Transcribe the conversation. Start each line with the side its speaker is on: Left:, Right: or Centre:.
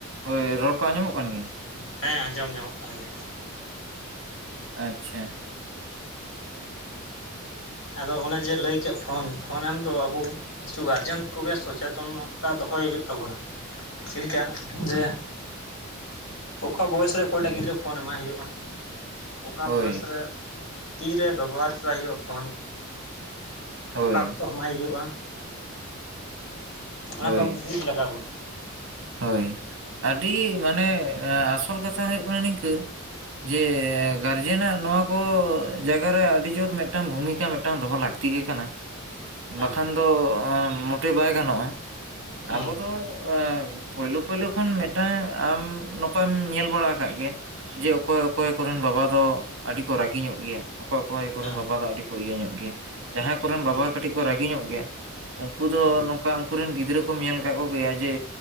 Right: ᱦᱳᱭ ᱨᱚᱲ ᱠᱚ ᱟᱸᱡᱚᱢᱚᱜ ᱠᱟᱱ ᱜᱮᱭᱟ?
Left: ᱦᱮᱸ ᱟᱸᱡᱚᱢ ᱧᱟᱢᱚᱜ ᱠᱟᱱ ᱜᱮᱭᱟ ᱾
Right: ᱟᱪᱪᱷᱟ᱾
Left: ᱟᱫᱚ ᱚᱱᱮ ᱡᱮ ᱞᱟᱹᱭ ᱠᱮᱫ ᱯᱷᱳᱱ ᱯᱷᱳᱱ ᱮᱢ ᱫᱚ ᱟᱵᱚ ᱠᱤᱪᱷᱩ ᱜᱟᱨᱡᱮᱱ ᱠᱚᱜᱮ ᱥᱚᱪᱮᱛᱚᱱᱚᱛᱟ ᱫᱚᱦᱚᱭ ᱦᱩᱭᱩᱜ ᱛᱟᱵᱚᱱᱟ ᱾ ᱪᱮᱫ ᱞᱮᱠᱟ ᱡᱮ ᱚᱠᱟ ᱵᱚᱭᱮᱥ ᱨᱮ ᱚᱠᱚᱭᱴᱟᱜ ᱜᱤᱫᱽᱨᱟᱹ ᱯᱷᱳᱱ ᱮᱢᱟᱭ ᱦᱩᱭᱩᱜ-ᱟ ᱾ ᱚᱠᱟ
Right: ᱦᱳᱭ
Left: ᱵᱚᱭᱮᱥ ᱨᱮ ᱛᱤᱨᱮ ᱵᱮᱵᱚᱦᱟᱨ ᱦᱚᱪᱚᱟᱭ ᱦᱩᱭᱩᱜ-ᱟ ᱯᱷᱳᱱ᱾
Right: ᱦᱳᱭ
Left: ᱚᱠᱟ ᱚᱠᱛᱚ ᱮᱢᱟᱭ ᱦᱩᱭᱩᱜ-ᱟ᱾ ᱚᱱᱟ
Right: ᱦᱳᱭ
Left: ᱠᱚ ᱟᱵᱚ ᱵᱩᱡ ᱞᱟᱜᱟᱣ ᱵᱚᱱᱟ ᱾
Right: ᱦᱳᱭ ᱟᱹᱰᱤ ᱢᱟᱱᱮ ᱟᱥᱚᱞ ᱠᱟᱛᱷᱟ ᱦᱩᱭᱩᱜ ᱠᱟᱱᱟ ᱱᱤᱝᱠᱟᱹ ᱡᱮ ᱜᱟᱨᱡᱮᱱᱟᱜ ᱱᱚᱣᱟ ᱠᱚ ᱡᱟᱭᱜᱟᱮ ᱟᱹᱰᱤ ᱡᱳᱨ ᱢᱤᱫᱴᱟᱝ ᱵᱷᱩᱢᱤᱠᱟ ᱢᱤᱫᱴᱟᱝ ᱫᱚᱦᱚ ᱞᱟᱹᱠᱛᱤ <inaudible>
Left: ᱦᱮᱸ
Right: ᱵᱟᱠᱷᱟᱱ ᱫᱚ ᱢᱚᱴᱮ ᱵᱟᱭ ᱜᱟᱱᱚᱜ-ᱟ,
Left: ᱦᱩᱸ
Right: ᱟᱵᱚ ᱫᱚ ᱯᱳᱭᱞᱳ ᱯᱳᱭᱞᱳ ᱠᱷᱚᱱ ᱢᱤᱫᱴᱟᱝ ᱟᱢ ᱱᱚᱝᱠᱟᱭᱢ ᱧᱮᱞ ᱵᱟᱲᱟ ᱟᱠᱟᱜ ᱜᱮᱭᱟ ᱾ ᱡᱮ ᱚᱠᱚᱭ ᱚᱠᱚᱭ ᱠᱚᱨᱮᱱ ᱵᱟᱵᱟ ᱫᱚ ᱟᱹᱰᱤ ᱠᱚ ᱨᱟᱹᱜᱤ ᱧᱚᱜ ᱜᱮᱭᱟ᱾ ᱚᱠᱚᱭ ᱚᱠᱚᱭ ᱠᱚᱨᱮᱱ
Left: ᱦᱮᱸ
Right: ᱵᱟᱵᱟ ᱫᱚ ᱟᱹᱰᱤ ᱠᱚ ᱤᱭᱟᱹ ᱧᱚᱜ ᱜᱮᱭᱟ ᱡᱟᱦᱟᱸᱭ ᱠᱚᱨᱮᱱ
Left: ᱦᱩᱸ
Right: ᱵᱟᱵᱟ ᱠᱟᱹᱴᱤᱡ ᱠᱚ ᱨᱟᱹᱜᱤ ᱧᱚᱜ ᱜᱮᱭᱟ ᱩᱱᱠᱩ ᱫᱚ
Left: ᱦᱩᱸ
Right: ᱱᱚᱝᱠᱟ ᱩᱱᱠᱩᱮᱱ ᱜᱤᱫᱽᱨᱟᱹ ᱠᱚᱢ ᱧᱮᱞ ᱟᱠᱟᱫ ᱠᱚᱜᱮᱭᱟ ᱡᱮ